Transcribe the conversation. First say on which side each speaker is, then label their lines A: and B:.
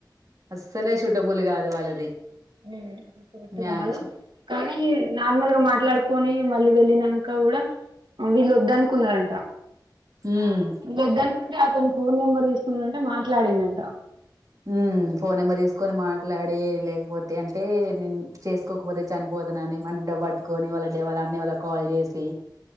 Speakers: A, on the right (about 45°); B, on the right (about 85°).
A: అస్సలే షూటబుల్ కాదు వాళ్ళది
B: అలు చోటు
A: మ్యాచ్
B: కాదు కానీ నార్మల్ గా మాట్లాడుకు కని మళ్ళీ వెళ్ళినాక కూడా వీళ్ళ వద్ద అనుకున్నారంట
A: ఉమ్
B: గద్ద అనుకుంటే అతను ఫోన్ నంబర్ ఇ టే మాట్లాడిందంట
A: ఉ ఫోన్ నెంబర్ తీసుకొని మాట్లాడ లేకపోతే అంట అంటే నేను చేసుకోకపోతే చనిపోదన అని మన డ పట్టుకొని వాళ్ళ అే వాళ అన్న వాళ్ళ కాల్ చేసి